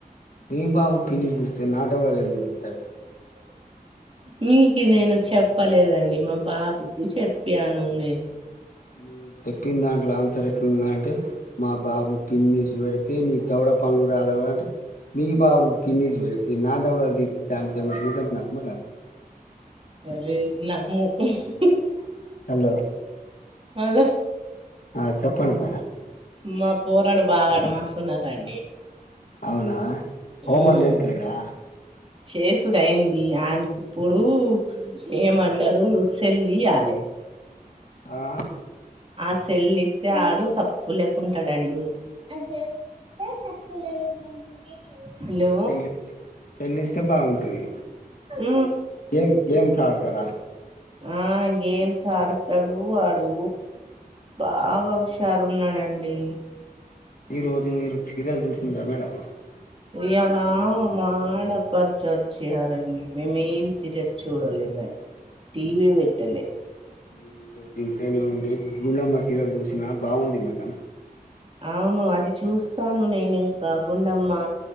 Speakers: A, on the left; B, on the right.
A: మీ బాబు పిని చూస్తే నా దొడాలస్తారు మేడం
B: మీకు నేను చెప్పలేదండి మా బాబుకు చెప్పాను నేను
A: మీ చెప్పిన దాంట్లో ఆన్సర్ ఎట్లుందా అంటే మా బాబు పిన్ని <unintelligible> పెడితే దవడ పనులు అంటే మీ బాబు <unintelligible>
B: అరే <unintelligible>
A: హలో
B: హలో
A: ఆ చెప్పండి మేడం
B: మా పోరాడు <unintelligible>
A: అవునా హోమ్
B: ఉమ్
A: వర్క్ చేత లేడా
B: చేసుడు అయింది ఆయకి ఇప్పుడు ఏమంటారు సెల్ ఇయ్యలే
A: ఆ
B: ఆ సెల్లు ఇస్తే ఆడు <unintelligible> లేకుంటాడండి <unintelligible> హలో
A: <unintelligible> ల్లిస్తే సేల్లిస్తే బాగుంటది
B: ఉ
A: గేమ్ గేమ్స్ ఆడుతాడ
B: ఆ గేమ్స్ ఆడతడు ఆడు బాగ హుషారు ఉన్నాడండి
A: ఈ రోజు మీరు <unintelligible> మేడం
B: ఇయాల మాడపరిచి ఒచ్చారండి మేమేం సీరియల్ చూడలేదండ్ టీవీ <unintelligible> ట్టలే
A: నేనిరోజ్ దింట్లనే ఉండి గుండమ్మ సీరేల్ జూశిన బాగుంది మేడం
B: అవును అది చూస్తాను నేనింక గుండమ్మ